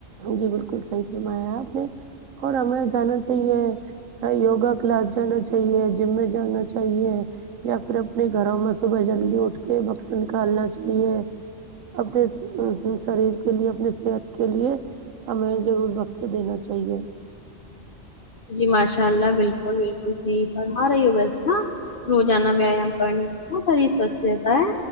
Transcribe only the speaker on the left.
جی ماشاء اللہ بالکل بالکل صحیح فرما رہی ہو ویسے نہ روزانہ ویایام کرنے سی نہ شریر سوستھ رہتا ہے